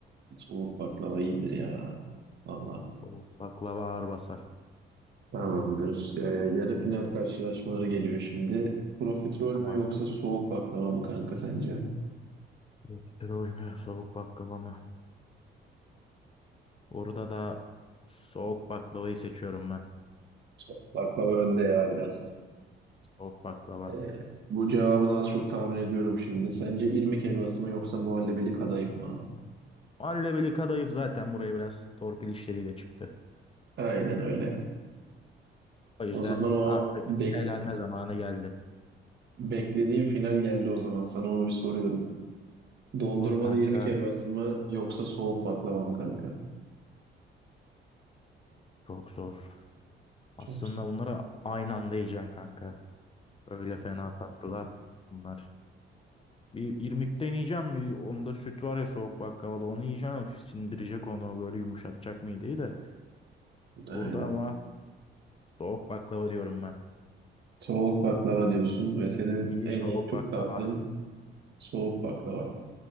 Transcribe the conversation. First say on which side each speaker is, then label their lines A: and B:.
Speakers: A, on the right; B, on the left.
A: Soğuk baklava iyidir ya. Vallahi
B: Soğuk baklava ağır basar.
A: tamamdır. Ee, yarı final karşılaşmaları geliyor şimdi. Profiterol
B: Tamam.
A: mü yoksa soğuk baklava mı kanka sence?
B: Profiterol mü? Soğuk baklava mı? Burada da soğuk baklavayı seçiyorum ben.
A: Soğuk baklava önde ya biraz.
B: Soğuk baklava.
A: Ee, bu cevabını az çok tahmin ediyorum şimdi. Sence irmik helvası mı yoksa muhallebili kadayıf mı abi?
B: Muhallebeli kadayıf zaten buraya biraz torpil işleriyle çıktı.
A: Aynen öyle.
B: O yüzden
A: O zaman o
B: artık
A: bek
B: eğlenme zamanı geldi.
A: beklediğim final geldi o zaman. Sana onu bir soruyorum. Dondurmalı
B: Sor kanka.
A: irmik helvası mı yoksa soğuk baklava mı kanka?
B: Çok zor. Aslında
A: Çok
B: bunlara aynı anda yiyeceksin kanka. Öyle fena tatlılar bunlar. Bir irmik deneyeceğim. Bir onda süt var ya soğuk baklavada onu yiyeceğim. Üf, sindirecek onu böyle yumuşatacak mideyi de.
A: <laughs> aynen.
B: Burada ama soğuk baklava diyorum ben.
A: Soğuk baklava diyorsun ve senin
B: İyi
A: en
B: soğuk
A: iyi Türk
B: baklava.
A: tatlın soğuk baklava.